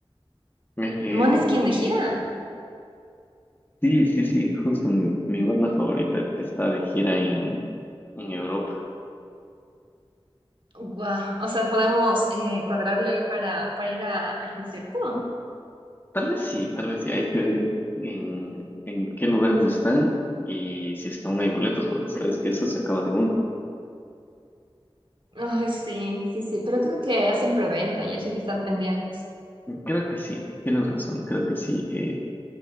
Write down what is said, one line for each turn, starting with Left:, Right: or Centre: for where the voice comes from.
Left: Eh,
Right: Måneskin de gira.
Left: sí, sí, sí, justo mi, mi banda favorita está de gira en, en Europa.
Right: Guau, o sea, podemos eh, cuadrarle ahí para, para ir a- al concierto.
Left: Tal vez sí, tal vez sí. Hay que ver en, en qué lugares están y si es que aún hay boletos, porque sabes que eso se acaba de uno.
Right: Ay, sí, sí, sí, pero creo que hacen preventa y eso hay que estar pendientes.
Left: Creo que sí, tienes razón, creo que sí. eh,